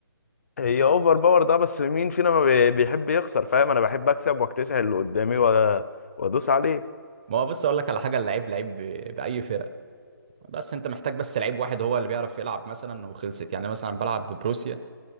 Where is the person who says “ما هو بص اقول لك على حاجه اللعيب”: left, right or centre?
Right